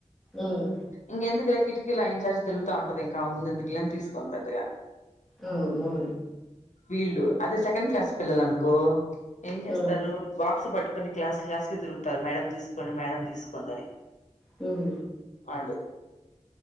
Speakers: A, in the centre; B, on the left (about 75°).
A: ఉమ్
B: ఇంగ ఎందుకులే ఫుడ్ కి లైన్ అని తిరుగుతా ఉంటది ఇంకా ఆమె ముందు ఎందుకులే అని తీసుకోను పెద్దగా
A: ఆ ఆ
B: వీళ్లు అదే సెకండ్ క్లాస్ పిల్లలు అనుకో ఏం చేస్తారు
A: ఉమ్
B: బాక్స్ పట్టు కొనీ క్లాస్ క్లాస్ కి తిరుగుతారు మేడంమ్ తీసుకోండి మేడం తీసుకోండి అని
A: హుమ్
B: వాళ్ళు